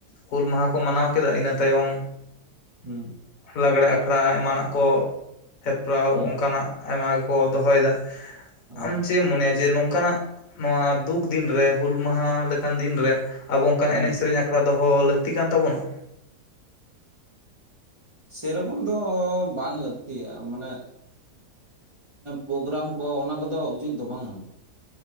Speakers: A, on the left; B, on the right.
A: ᱦᱩᱞ ᱢᱟᱦᱟ ᱠᱚ ᱠᱚ ᱢᱟᱱᱟᱣ ᱠᱮᱫᱟ ᱤᱱᱟᱹ ᱛᱟᱭᱚᱢ
B: ᱦᱩᱸ
A: ᱞᱟᱜᱽᱲᱮ ᱟᱠᱷᱲᱟ ᱮᱢᱟᱱᱟᱜ ᱠᱚ ᱦᱮᱯᱨᱟᱣ
B: ᱦᱩᱸ
A: ᱚᱱᱠᱟᱱᱟᱜ ᱟᱭᱢᱟ ᱜᱮᱠᱚ ᱫᱚᱦᱚᱭᱮᱫᱟ
B: ᱚ
A: ᱟᱢ ᱪᱮᱫ ᱮᱢ ᱢᱚᱱᱮᱭᱟ ᱡᱮ ᱱᱚᱝᱠᱟᱱᱟᱜ ᱱᱚᱣᱟ ᱫᱩᱠ ᱫᱤᱱᱨᱮ ᱦᱩᱞ ᱢᱟᱦᱟ ᱞᱮᱠᱟᱱ ᱫᱤᱱᱨᱮ ᱟᱵᱚ ᱚᱱᱠᱟᱱ
B: ᱦᱩᱸ
A: ᱮᱱᱮᱡ ᱥᱮᱨᱮᱧ ᱟᱠᱷᱲᱟ ᱫᱚᱦᱚ ᱞᱟᱹᱠᱛᱤ ᱠᱟᱱ ᱛᱟᱵᱚᱱᱟ
B: ᱥᱮᱨᱚᱠᱚᱢ ᱫᱚ ᱵᱟᱝ ᱞᱟᱹᱠᱛᱤᱭᱟ ᱢᱟᱱᱮ ᱯᱨᱳᱜᱨᱟᱢ ᱠᱚ ᱚᱱᱟ ᱠᱚᱫᱚ ᱩᱪᱤᱛ ᱫᱚ ᱵᱟᱝᱼᱟ᱾